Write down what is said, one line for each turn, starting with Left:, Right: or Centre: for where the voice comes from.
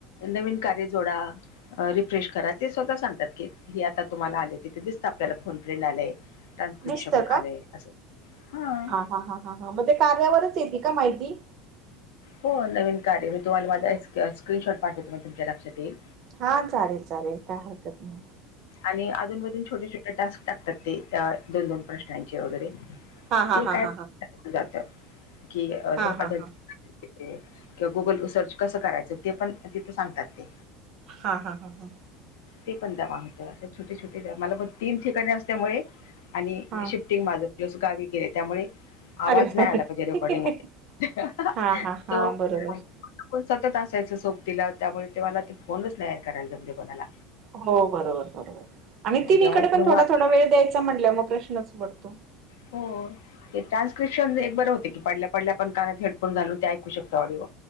Left: नवीन कार्य जोडां रिफ्रेश करा ते स्वंतः सांगतातं की हे आतां तुम्हांला आले तिथे दिसतं आपल्यांला फोन फ्रेंड आलायं टान्सक्रिप्श
Right: दिसतं
Left: पणं आलेय असं हां
Right: हां हां हां हां मंग ते कार्यावरचं येते कां माहिती
Left: हो नवीन कार्य मी तुम्हांला माझां स्क्रीनशॉट पाठवतो मी तुमच्यां लक्षांत येईल
Right: हां चालेल चालेल कायं हरकतं नाहीं
Left: आणि अधूंनमधूंन छोटे छोटे टास्कं टाकतांत ते दोन दोन प्रश्नांचे वगैरें
Right: हा हा
Left: ते
Right: हा
Left: कायं
Right: हा हा
Left: जातं कि
Right: हा
Left: धोकाध
Right: हा हा
Left: किंवा गुगंल सर्व सर्च कसं करायचं ते पणं तिथं सांगतात ते
Right: हां हां हां हां
Left: ते पणं दवां होतं असं छोटे छोटे मलां बघं तीनं ठिकाणीं असल्यांमुळें आणि
Right: हा
Left: शे माझं प्लस गांवी गेल्यां त्यांमुळें आवांज
Right: अरे
Left: नाहीं
Right: बापरे
Left: आलां पाहिजे रेकॉर्डिंग वरं
Right: हा हा हा
Left: तो
Right: बरोबर
Left: कोणं सततं असायचं सोबतीला त्यामुळें ते मलां ते फोनचं नाहीं करायलां जमले कोणांला
Right: हो बरोबर बरोबर आणि ती तीनीकडे
Left: जेव्हा इकडे
Right: पणं थोडां
Left: वाट
Right: थोंडां वेळं द्यायचां म्हणल्यां मंग प्रश्नचं पडतो
Left: हो ते रान्स्क्रिप्न बरं होते की पडल्यां पडल्यां आपणं कानांत हेडफोन घालूं ते ऐकूं शतो ऑडिओ